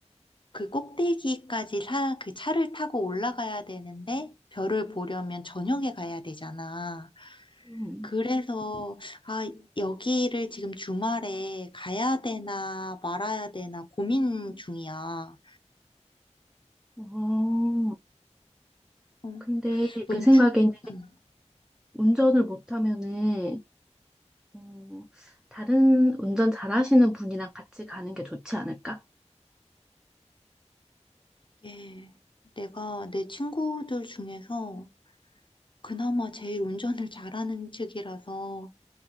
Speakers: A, on the left (about 45°); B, in the centre.
A: 그 꼭대기까지 사, 그 차를 타고 올라가야 되는데 별을 보려면 저녁에 가야 되잖아.
B: 음.
A: 그래서, 아, 여기를 지금 주말에 가야 되나 말아야 되나 고민 중이야.
B: 어,
A: 어,
B: 근데
A: 넌
B: 내 생각에는
A: 주, 음,
B: 운전을 못하면은 어, 다른 운전 잘하시는 분이랑 같이 가는 게 좋지 않을까?
A: 이게 내가 내 친구들 중에서 그나마 제일 운전을 잘하는 측이라서